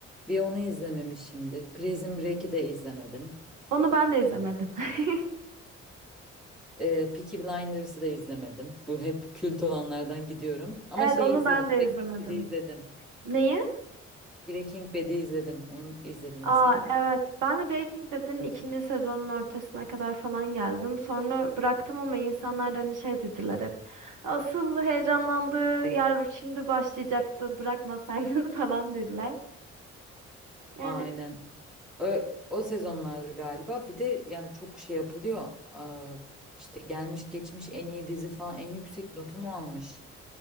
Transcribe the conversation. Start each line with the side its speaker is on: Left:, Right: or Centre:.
Centre: Bir onu izlememişimdir. Prison Break'i de izlemedim.
Right: Onu ben de izlemedim. <laughs>
Centre: Ee, Peaky Blinders'ı da izlemedim. Bu hep kült olanlardan gidiyorum. Ama
Right: Evet
Centre: şeyi
Right: onu
Centre: izledim.
Right: ben de
Centre: Breaking
Right: izlemedim.
Centre: Bad'i izledim.
Right: Neyi?
Centre: Breaking Bad'i izledim. Onu izledin
Right: Aa
Centre: mi sen?
Right: evet ben de Breaking Bad'in ikinci sezonun ortasına kadar falan geldim. Sonra bıraktım ama insanlar da hani şey dediler hep. Asıl heyecanlandığı yer şimdi başlayacaktı bırakmasaydın <laughs> falan dediler. Yani
Centre: Aynen. Ö- O, sezonlarda galiba. Bir de yani çok şey yapılıyor. Aa, işte gelmiş geçmiş en iyi dizi falan en yüksek notu mu almış?